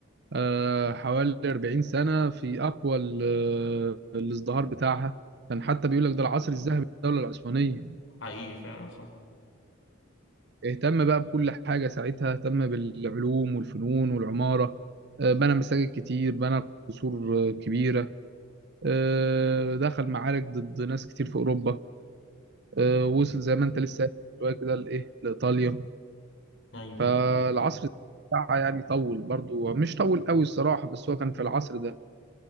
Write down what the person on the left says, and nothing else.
حقيقي فعلا صح
مم.
ايوه